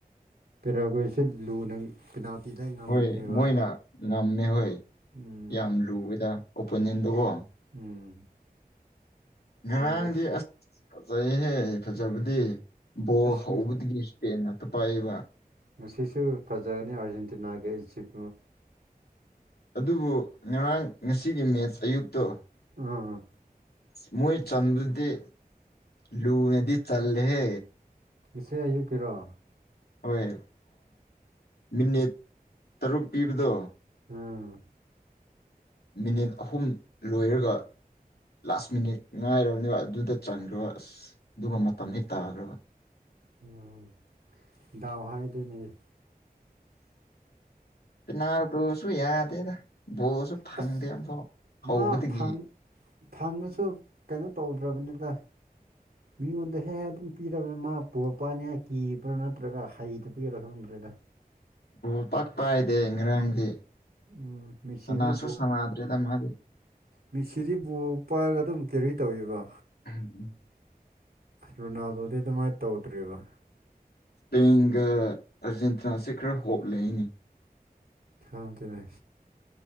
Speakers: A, on the right; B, on the left.
A: ꯄꯦꯔꯥꯒꯣꯏꯁꯦ ꯂꯨꯅ ꯄꯦꯅꯥꯜꯇꯤꯗ ꯉꯝꯕꯅꯦꯕ
B: ꯍꯣꯏ ꯃꯣꯏꯅ ꯉꯝꯃꯦ ꯍꯣꯏ
A: ꯎꯝ
B: ꯌꯥꯝ ꯂꯨꯋꯦꯗ ꯑꯣꯄꯤꯅꯤꯌꯟꯗꯨꯀꯣ
A: ꯎꯝ
B: ꯉꯔꯥꯡꯗꯤ
A: ꯈꯪꯗꯦ
B: ꯑꯁ ꯐꯖꯩꯍꯦ ꯐꯖꯕꯗꯤ ꯕꯣ
A: ꯑꯁ
B: ꯍꯧꯕꯗꯒꯤ ꯏꯁꯄꯦꯟ ꯉꯥꯛꯇ ꯄꯥꯏꯌꯦꯕ
A: ꯉꯁꯤꯁꯨ ꯐꯖꯒꯅꯤ ꯑꯥꯔꯖꯦꯟꯇꯤꯅꯥꯒ ꯏꯖꯤꯞ
B: ꯑꯗꯨꯕꯨ ꯉꯔꯥꯡ ꯉꯁꯤꯒꯤ ꯃꯦꯠꯆ ꯑꯌꯨꯛꯇꯣ
A: ꯎꯝ
B: ꯃꯣꯏ ꯆꯟꯗꯨꯗꯤ ꯂꯨꯅꯗꯤ ꯆꯜꯍꯦ
A: ꯏꯁꯩ ꯑꯌꯨꯛꯀꯤꯔꯣ
B: ꯍꯣꯏ ꯃꯤꯅꯤꯠ ꯇꯔꯨꯛ ꯄꯤꯕꯗꯣ
A: ꯎꯝ
B: ꯃꯤꯅꯤꯠ ꯑꯍꯨꯝ ꯂꯣꯏꯔꯒ ꯂꯥꯁ ꯃꯤꯅꯤꯠ ꯉꯥꯏꯔꯕꯅꯦꯕ ꯑꯗꯨꯗ ꯆꯟꯈ꯭ꯔꯣ ꯑꯁ ꯑꯗꯨꯒ ꯃꯇꯝ ꯍꯦꯛ ꯇꯥꯈ꯭ꯔꯕ
A: ꯎꯝ ꯗꯥꯎ ꯍꯥꯏꯗꯨꯅꯦ
B: ꯑꯅꯥ ꯁꯨ ꯌꯥꯗꯦꯗ ꯕꯣꯔꯁꯨ ꯐꯪꯗꯦ
A: ꯑꯁ
B: ꯑꯃꯨꯐꯥꯎ ꯍꯧꯕꯗꯒꯤ
A: ꯃꯥ ꯐꯪ ꯐꯪꯉꯁꯨ ꯀꯩꯅꯣ ꯇꯧꯗ꯭ꯔꯕꯅꯤꯅ ꯃꯤꯉꯣꯟꯗ ꯍꯦꯛ ꯑꯗꯨꯝ ꯄꯤꯔꯕꯅꯤ ꯃꯥ ꯄꯣꯄꯅꯤꯦꯛ ꯀꯤꯕ꯭ꯔꯥ ꯅꯠꯇ꯭ꯔꯒ ꯍꯩꯗꯕꯒꯦꯔꯣ ꯈꯪꯝꯗ꯭ꯔꯦꯗ
B: ꯎ ꯄꯛꯄ ꯍꯥꯏꯗꯦ ꯏꯔꯥꯡꯗꯤ
A: ꯎꯝ ꯃꯦꯁꯤꯗꯤ
B: ꯁꯅꯥꯁꯨ ꯁꯃꯗ꯭ꯔꯦꯗ ꯃꯥꯗꯦ
A: ꯃꯤꯠꯁꯤꯗꯤꯕꯨ ꯄꯥꯏꯔꯒ ꯑꯗꯨꯝ ꯀꯦꯔꯤ ꯇꯧꯋꯕ
B: ꯎꯝ ꯎꯝ
A: ꯔꯣꯅꯥꯜꯗꯣꯗꯤ ꯑꯗꯨꯃꯥꯏꯅ ꯇꯧꯗ꯭ꯦꯔꯤꯕ
B: ꯁꯄꯦꯟꯒ ꯑꯥꯔꯖꯦꯟꯇꯤꯅꯥꯁꯦ ꯈꯔ ꯍꯣꯞ ꯂꯩꯏꯅꯤ
A: ꯍꯗꯅꯦ